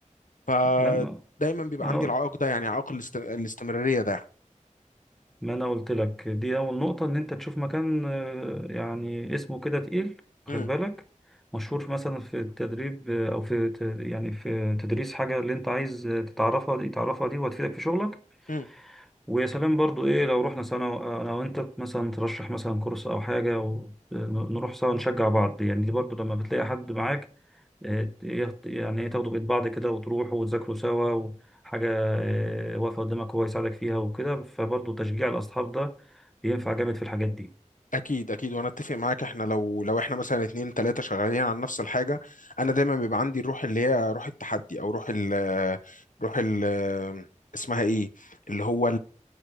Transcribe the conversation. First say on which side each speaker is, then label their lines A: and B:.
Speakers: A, on the left; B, in the centre.
A: فدايما
B: ما- ما-
A: بيبقى
B: أنا
A: عندي العائق ده يعني عائق الاست... الاستمراريه ده
B: ما انا قلت لك دي اول نقطة ان انت تشوف مكان آه، يعني اسمه كده تقيل خد
A: مم.
B: بالك مشهور مثلا في التدريب آه، او في ت- يعني في تدريس حاجة اللي انت عايز آه، تتعرفها دي تعرفها دي وهتفيدك في شغلك
A: مم.
B: ويا سلام برضو ايه لو رحنا سنة انا وانت مثلا ترشح مثلا كورس او حاجة ونروح سوا نشجع بعض يعني دي برضو لما بتلاقي حد معاك آه، يحت- يعني ايه تاخدوا بإيد بعض كده وتروحوا وتذاكروا سوا وحاجة آه، واقفة قدامك هو يساعدك فيها وكده فبرضه تشجيع الأصحاب ده بينفع جامد في الحاجات دي
A: اكيد اكيد وانا اتفق معاك احنا لو لو احنا مثلا اتنين تلاتة شغالين على نفس الحاجه انا دايما بيبقى عندي الروح اللي هي روح التحدي او روح ال روح ال اسمها ايه اللي هو